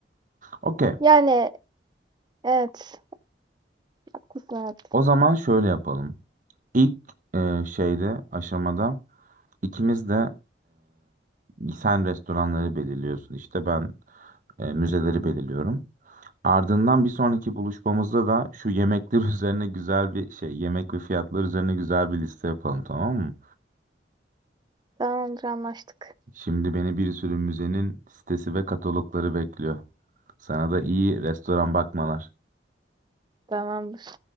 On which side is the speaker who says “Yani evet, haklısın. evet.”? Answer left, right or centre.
Right